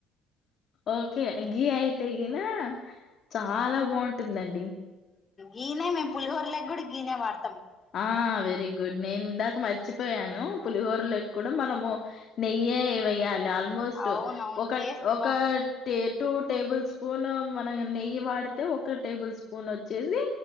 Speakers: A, on the left; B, on the left.
A: ఓ కే గి అయితే గిన చాలా బాగుంటుందండి
B: గినే మేం పులిహోర లోకి కూడా గినే వాడ్
A: ఆ వెరీ గుడ్ నేను ఇందాక మర్చి పోయాను పులిహోరలోకి కూడా మనము నెయ్యే ఏయాలి ఆల్ ఆల్మోస్ట్
B: అవునవును
A: ఒక
B: టేస్ట్
A: ఒకటి
B: బాగుంది
A: టూ టేబుల్ స్పూన్ మన నెయ్యి వాడితే ఒక టేబుల్ స్పూన్ వచ్చేసి